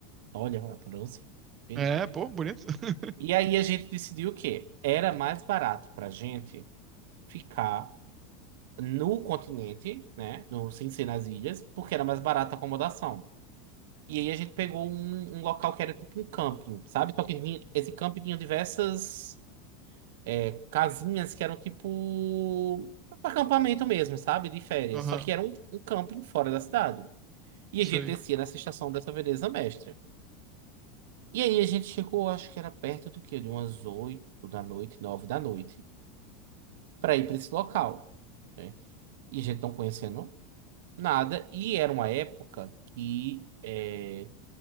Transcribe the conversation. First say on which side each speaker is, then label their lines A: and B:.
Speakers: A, on the right (about 70°); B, on the right (about 30°).
A: Olha a pronúncia. Fino.
B: É, pô, bonito. <laughs>
A: E aí a gente decidiu o quê? Era mais barato pra gente ficar no continente, né? No, sem ser nas ilhas, porque era mais barata a acomodação. E aí a gente pegou um, um local que era tipo um camping, sabe? Só que vinha, esse camping tinha diversas é, casinhas que eram tipo acampamento mesmo, sabe? De férias.
B: Aham,
A: Só que era um, um camping fora da cidade. E
B: sei.
A: a gente descia nessa estação dessa Veneza Mestra. E aí a gente chegou, acho que era perto do quê? De umas 8 da noite, 9 da noite, para ir para esse local, né? E a gente não conhecendo nada. E era uma época que... é,